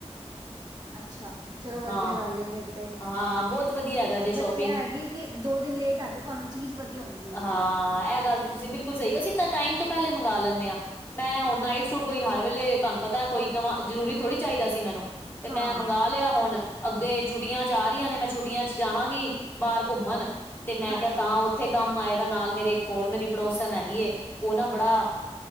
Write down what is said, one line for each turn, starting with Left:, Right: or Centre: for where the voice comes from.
Right: ਅੱਛਾ ਚਲੋ ਵਧੀਆ
Left: ਹਾਂ,
Right: ਗੱਲ ਏ ਫੇਰ ਤੇ।
Left: ਹਾਂ ਬੋਹਤ ਵਧੀਆ ਹੈਗਾ ਜੇ
Right: ਬੱਚੇ
Left: ਸ਼ੋਪਿੰਗ
Right: ਹੈਗੀ ਦੋ ਦਿਨ ਲੇਟ ਆ ਜੇ ਭਾਵੇਂ ਚੀਜ਼ ਵਧੀਆ ਹੋਣੀ ਚਾਹੀਦੀ।
Left: ਹਾਂ
Right: ਏ।
Left: ਐ ਗੱਲ ਤੁਸੀ ਬਿਲਕੁਲ ਸਈ ਕਿਆ ਅਸੀ ਤਾ ਟਾਈਮ ਤੋਂ ਪੈਲੇ ਮੰਗਾ ਲੈਨੇ ਆ। ਮੈਂ ਹੁਣ ਨਾਈਟ ਸੂਟ ਕੋਈ ਹਰ ਵੇਲੇ ਤੁਹਾਨੂੰ ਪਤਾ ਕੋਈ ਨਵਾ ਜ਼ਰੂਰੀ ਥੋੜ੍ਹੀ ਚਾਹੀਦਾ ਸੀ ਮੈਨੂੰ ਤੇ ਮੈਂ
Right: ਹਾਂ,
Left: ਮੰਗਵਾ ਲਿਆ ਹੁਣ ਅੱਗੇ ਛੁੱਟੀਆ ਚ ਆ ਰਹੀਆਂ ਨੇ ਮੈਂ ਛੁੱਟੀਆ ਚ ਜਾਵਾਂਗੀ ਬਾਰ ਘੁੰਮਣ ਤੇ ਮੈਂ
Right: ਹਾਂਜੀ
Left: ਕਿਹਾ ਤਾ ਉੱਥੇ ਕੰਮ ਆਏਗਾ ਨਾਲ ਮੇਰੇ ਇੱਕ ਹੋਰ ਮੇਰੀ ਪੜੋਸ ਸਨ ਹੈਗੀ ਏ ਉਹ ਨਾ ਬੜਾ